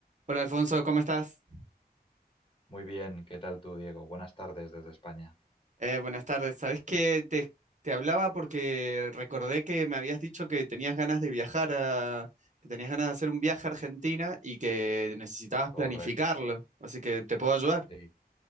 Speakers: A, on the right; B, on the left.
A: Hola Alfonso, ¿cómo estás?
B: Muy bien, ¿qué tal tú, Diego? Buenas tardes desde España.
A: Eh, buenas tardes. Sabes que te, te hablaba porque recordé que me habías dicho que tenías ganas de viajar a, que tenías ganas de hacer un viaje a Argentina y que necesitabas
B: Correcto.
A: planificarlo, así que te puedo ayudar.
B: Sí.